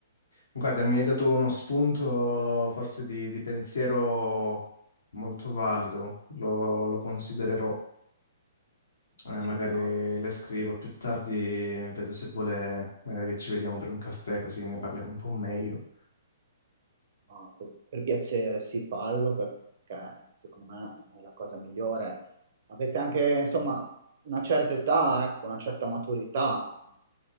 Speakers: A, on the left (about 65°); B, on the right (about 50°).
A: Guarda, mi hai dato uno spunto forse di, di pensiero molto valido, lo lo considererò. Eh,
B: Sì,
A: magari
B: no?
A: le scrivo più tardi, vedo se vuole, magari che ci vediamo per un caffè così ne parliamo un po' meglio.
B: No, per, per piacere, sì, fallo perché secondo me è la cosa migliore. Avete anche, insomma, una certa età, ecco, una certa maturità.